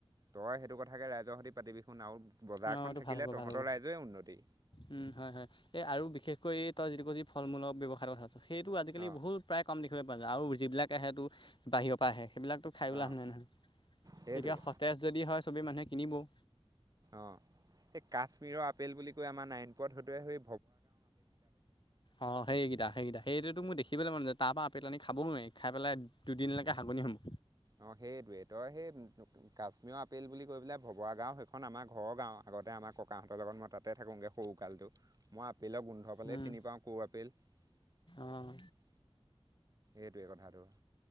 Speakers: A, on the right; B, on the left.
A: তই সেইটো কথাকে ৰাইজৰ সৈতেতিাতিবি শুোন আৰু বজাৰখন
B: অঁ এইটো
A: থাকিলে
B: ভাল হ'ব
A: তহঁতৰ
B: ভাল হ'ব
A: ৰাইজয়ে উন্নতি
B: উম, হয়-হয় এ, আৰু বিশেষকৈ এ, তই যিটো ক'লি ফল মূলৰ ব্যৱহাসায় <inaudible> সেইটো আজিকালি
A: অঁ
B: বহুত প্ৰায় কম দেখিবলৈ পোৱা যায়, আৰু যিবিলাক আহে টো বাহিৰপা আহে। সেইবিলাকতো খায়ো
A: অঁ
B: লাভ নাই ন।
A: সেইটোৱে
B: এতিয়া সতেজ যদি হয় চবে মানুহে কিনিবও
A: অ', এই কাশ্মীৰৰ আপেল বুলি কৈ আমাৰ নাৰায়ণপুৰত সটোৱে সৈ
B: অ', সেইকেইটা-সেইকেইটা সেইটোৱেতো মোৰ দেখি খিবলে মন নাযায়, তাৰ পৰা আপেল আনি খাবও নোৱাৰি, খাই পেলাই দুদিলৈকে হাগনি হ'ম
A: অ', সেইটোৱেই তই সেই কাশ্মীৰৰ আপেল বুলি কৈ পেলাই ভবৱা গাও সেইখন আমাৰ ঘৰৰ গাঁও আগতে আমাৰ ককাহঁতৰ লগত মই তাতে থাকোঁগে সৰুকালটো, মই আপেলৰ গোন্ধ পালেই
B: উম
A: চিনি পাওঁ ক'ৰ আপেল। <unintelligible>
B: অঁ
A: এইটোৱে কথাটো।